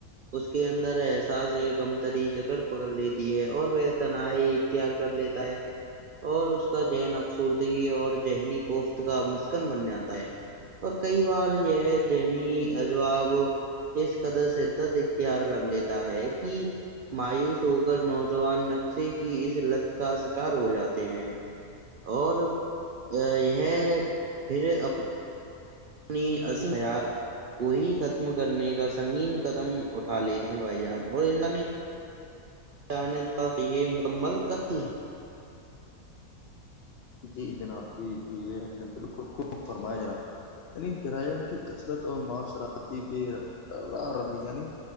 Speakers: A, on the right; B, on the left.
A: اس کے اندر احساس ایک امتری جکڑ پکڑ لیتی ہے اور وہ تنہائیی اختیار کر لیتا ہے اور اس کا ذہن ابسوردگی اور ذہنی کوفت کا مسکن بن جاتا ہے پر کئی بار یہ جنی اجواب اس قدر سےدا تیار کر لیتا ہے کہ مایوس ہو کر نوجوان نقشے کی اس لت کا شکار ہو جاتے ہیں اور یہ پھر اپنے اپنی عظیم معیار کو ہی ختم کرنے کا سنگین قدم اٹھا لیتے ہیں بھائی جان اور ان اچانت کا یہ مکمل قتل ہے
B: جی جناب جی جی یہ اپپ نے بالکل خوب فرمایا جناب یعنی جرائم کی کثرت اور معاشراتی بھی ر ربی یعنی